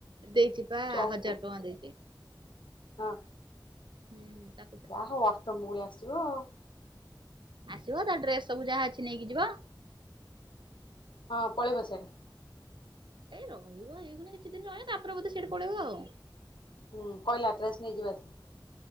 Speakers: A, on the right; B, on the left.
A: ଦେଇଛି ପା
B: ଚଗୁ
A: ହଜାର ଟଙ୍କା ଦେଇଛି।
B: ହଁ
A: ହୁଁ ତା
B: ଯାହା ହଉ ଅଷ୍ଟମଙ୍ଗୁଳି ଆସିବ ଆଉ।
A: ଆସିବ ତା ଡ୍ରେସ ସବୁ ଯାହା ଅଛି ନେଇକି ଯିବ।
B: ହଁ ପଳେଇବ ସିଆଡେ।
A: ଏଇ ରହିବ ଏଇଖୁଣି କିଛି ଦିନ ରହିବ ତାପରେ ବୋଧେ ସିଆଡେ ପଳେଇବ ଆଉ।
B: ହୁଁ କହିଲା ଡ୍ରେସ ନେଇଯିବ ଆସିକି।